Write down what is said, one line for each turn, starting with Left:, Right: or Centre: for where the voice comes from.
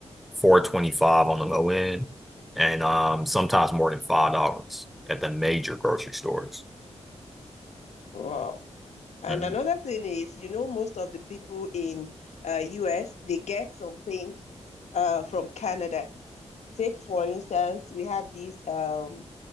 Centre: 425 on the low end and um, sometimes more than $5 at the major grocery stores.
Left: Wow. And
Centre: Mhm,
Left: another thing is, you know, most of the people in uh, US, they get some things uh, from Canada. Take, for instance, we have this um,